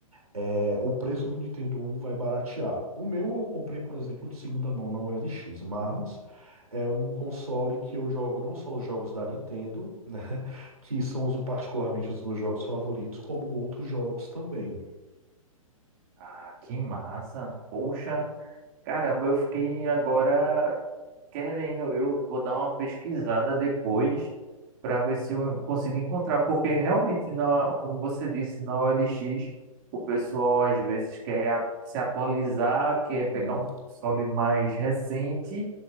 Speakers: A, on the right (about 80°); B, on the right (about 35°).
A: É, o preço do Nintendo 1 vai baratear. O meu eu comprei, por exemplo, de segunda mão na OLX, mas é um console que eu jogo não só os jogos da Nintendo, <laughs> né, que são os- particularmente os meus jogos favoritos, como outros jogos também.
B: ah, que massa! Poxa, caramba, eu fiquei agora Querendo, eu vou dar uma pesquisada depois para ver se eu consigo encontrar, porque realmente, na, como você disse, na OLX, o pessoal às vezes quer a- se atualizar, quer
A: Uhum.
B: pegar um console mais recente